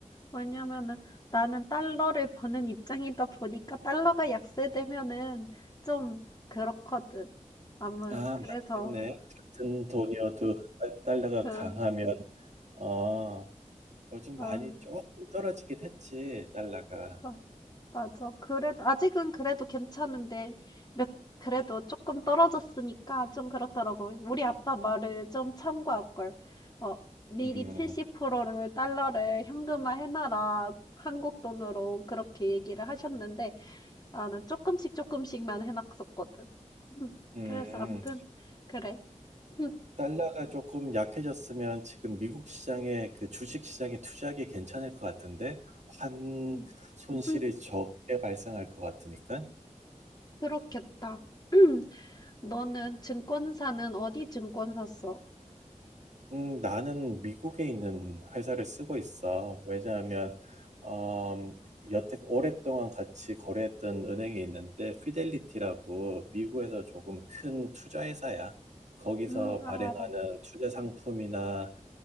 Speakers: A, on the left; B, on the right.
A: 왜냐면은 나는 달러를 버는 입장이다 보니까 달러가 약세되면은 좀 그렇거든. 아무
B: 아,
A: 그래서
B: 맞겠네. 같은 돈이어도 달- 달러가
A: 응,
B: 강하면 어, 요즘 많이
A: 응,
B: 조금 떨어지긴 했지, 달러가.
A: 어, 맞아. 그래도 아직은 그래도 괜찮은데 몇 그래도 조금 떨어졌으니까 좀 그렇더라고. 우리 아빠 말을 좀 참고할 걸. 어, 미리
B: 음,
A: 70%를 달러를 현금화 해놔라. 한국 돈으로 그렇게 얘기를 하셨는데 나는 조금씩 조금씩만 해 놨었거든. 음.
B: 음.
A: 그래서 암튼 그래. 음
B: 달러가 조금 약해졌으면 지금 미국 시장에 그 주식 시장에 투자하기 괜찮을 것 같은데 환
A: 음
B: 손실이
A: 음
B: 적게 발생할 것 같으니까
A: 그렇겠다. 음, 너는 증권사는 어디 증권사 써?
B: 음, 나는 미국에 있는 회사를 쓰고 있어. 왜냐하면 음, 여태 오랫동안 같이 거래했던 은행이 있는데 피델리티라고 미국에서 조금 큰 투자 회사야. 거기서
A: 음
B: 발행하는
A: 아 알아.
B: 투자 상품이나